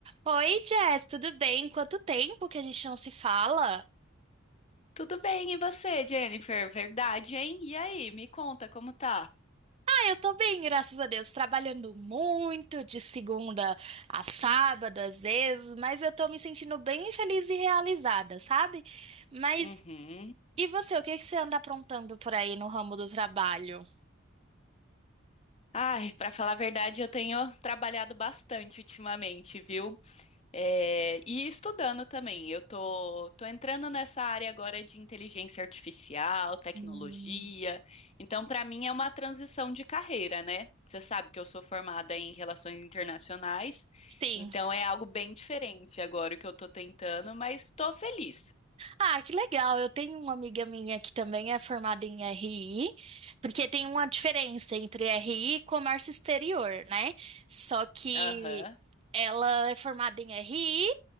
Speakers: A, on the right; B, on the left.
A: Oi, Jess, tudo bem? Quanto tempo que a gente não se fala?
B: Tudo bem, e você, Jennifer? Verdade, hein? E aí, me conta como tá?
A: Ah, eu tô bem, graças a Deus. Trabalhando muito, de segunda a sábado, às vezes, mas eu tô me sentindo bem feliz e realizada, sabe? Mas
B: Uhum.
A: e você, o que que você anda aprontando por aí no ramo do trabalho?
B: Ai, pra falar a verdade, eu tenho trabalhado bastante ultimamente, viu? É, e estudando também. Eu tô, tô entrando nessa área agora de inteligência artificial, tecnologia.
A: Hum,
B: Então, pra mim é uma transição de carreira, né? Você sabe que eu sou formada em relações internacionais,
A: Sim.
B: então é algo bem diferente agora o que eu tô tentando, mas tô feliz.
A: Ah, que legal. Eu tenho uma amiga minha que também é formada em RI, porque tem uma diferença entre RI e comércio exterior, né? Só que
B: Aham.
A: ela é formada em RI